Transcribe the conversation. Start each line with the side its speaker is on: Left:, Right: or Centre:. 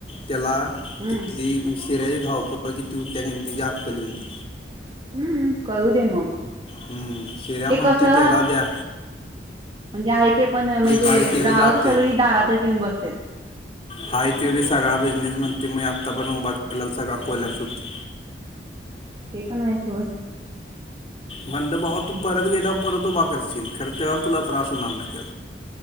Left: त्याला
Right: हम्म
Left: तिथली म्ह तिरे धावपळ किती हुत्या त्याची अक्कल येऊ दे.
Right: हम्म कळू देे मग.
Left: हम्म. शिऱ्या
Right: ते
Left: म्हणतोय
Right: कसं
Left: तेला द्या,
Right: म्हणजे आहे ते पण म्हणजे
Left: हाय ते
Right: ग्राहक,
Left: बी जाते
Right: सगळी दारातच येऊन बसत्यात.
Left: हाय त्योबी सगळा बिझनेस की मय आत्ता पण उभा केला सगळा कोल्याप सुटती
Right: पणाय सोड
Left: म्हणल भावा तू, परत गेल्यावर परत उभा करशील खरंच्या वेळेला तुला त्रास होणार नाही का?